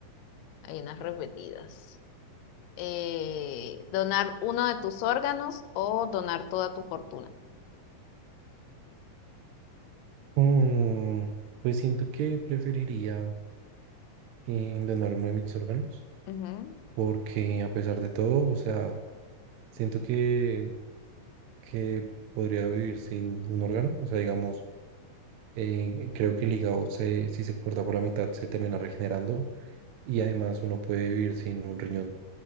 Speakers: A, on the left; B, on the right.
A: hay unas repetidas. Eh, ¿donar uno de tus órganos o donar toda tu fortuna?
B: Mm, pues siento que preferiría eh, donar uno de mis órganos,
A: Ujú,
B: porque a pesar de todo, o sea, siento que, que podría vivir sin un órgano, o sea, digamos. Eh, creo que el hígado, se, si se corta por la mitad, se termina regenerando y además uno puede vivir sin un riñón.